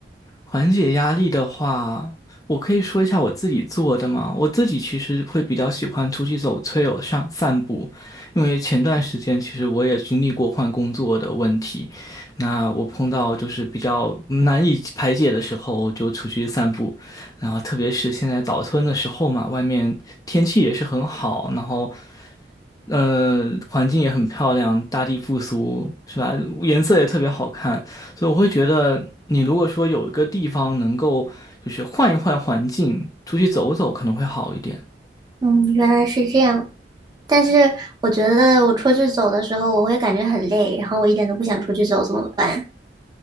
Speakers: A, on the left; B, on the right.
A: 缓解压力的话，我可以说一下我自己做的嘛。我自己其实会比较喜欢出去走翠哦，上散步，因为前段时间其实我也经历过换工作的问题，那我碰到就是比较难以排解的时候，我就出去散步。然后特别是现在早春的时候嘛，外面天气也是很好，然后。呃，环境也很漂亮，大地复苏，是吧？颜色也特别好看，所以我会觉得，你如果说有一个地方能够就是换一换环境，出去走走，可能会好一点。
B: 嗯，原来是这样。但是我觉得我出去走的时候，我会感觉很累，然后我一点都不想出去走，怎么办？